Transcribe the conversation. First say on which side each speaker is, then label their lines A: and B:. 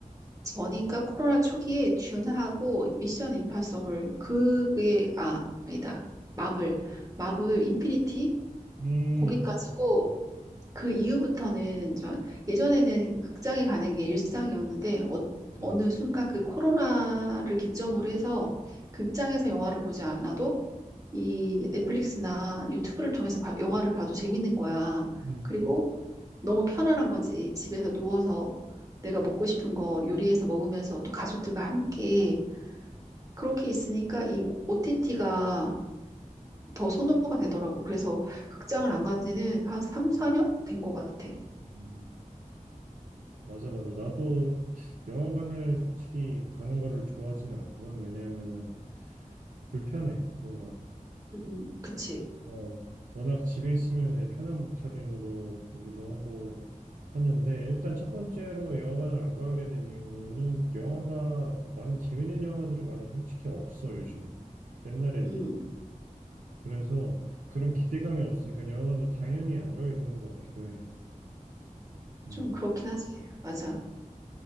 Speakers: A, on the right; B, on the right.
A: 전인가 코로나 초기에 듄하고 미션 임파서블 그게 아 아니다 마블 마블 인피니티
B: 음,
A: 거기까지고
B: 임팩트. 음,
A: 그 이후부터는 저 예전에는 극장에 가는 게 일상이었는데 어,
B: 맞아.
A: 어느 순간 그 코로나를 기점으로 해서 극장에서 영화를 보지 않아도 이 넷플릭스나 유튜브를 통해서 봐- 영화를 봐도 재밌는 거야.
B: 음.
A: 그리고 너무 편안한 거지. 집에서 누워서 내가 먹고 싶은 거 요리해서 먹으면서 또 가족들과 함께 그렇게 있으니까 이 OTT가 더 선호가 되더라고. 그래서 극장을 안 간 지는 한 3, 4년 된 것 같아.
B: 음, 맞아, 맞아. 나도 영화관을 솔직히 가는 거를 좋아하진 않거든. 왜냐하면은 불편해. 뭔가
A: 음, 그치.
B: 어, 워낙 집에 있으면 되게 편한 목차림으로 보기도 하고 하는데 일단 첫 번째로 영화관을 안 가게 된 이유는 영화가 많이 재밌는 영화들이 많이 솔직히 없어 요즘 옛날에
A: 음,
B: 비해 그래서 그런 기대감이 없으니까 영화관도 당연히 안 가게 되는 것 같기도 해. 음.
A: 좀 그렇긴 하지. 맞아.